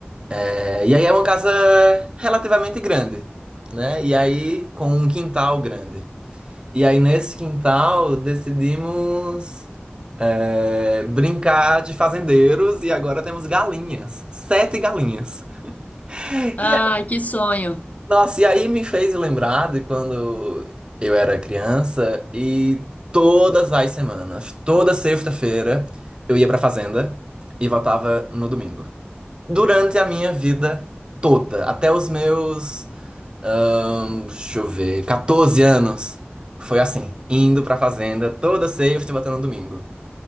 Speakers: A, on the right (about 25°); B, on the left (about 40°).
A: é, e aí é uma casa relativamente grande, né? E aí com um quintal grande. E aí nesse quintal decidimos é, brincar de fazendeiros e agora temos galinhas, sete galinhas. E
B: Ai, que sonho.
A: Nossa, e aí me fez lembrar de quando eu era criança e todas as semanas, toda sexta-feira, eu ia pra fazenda e voltava no domingo. Durante a minha vida toda, até os meus, ahn, deixa eu ver, 14 anos, foi assim, indo pra fazenda toda sexta e voltando no domingo.